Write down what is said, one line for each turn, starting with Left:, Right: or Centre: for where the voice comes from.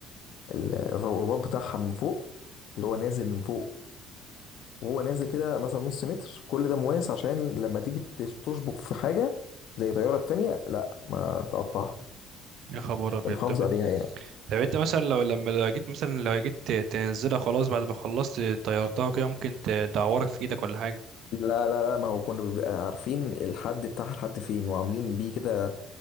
Left: ال- الرباط بتاعها من فوق اللي هو نازل من فوق وهو نازل كده مثلا نص متر كل ده مواس عشان لما تيجي تش- تشبك في حاجة زي طيارة تانية لا ما تقطعها
Right: يا خبر ابيض
Left: بنحافظ
Right: طب
Left: عليها يعني
Right: طب انت مثلا لو لما لو جيت مثلا لو جيت ت- تنزلها خلاص بعد ما خلصت طيرتها كده ممكن ت- تعورك في ايدك ولا حاجه
Left: لا لا لا ما هو كنا بنبقى عارفين الحد بتاعها لحد فين وعاملين بيه كده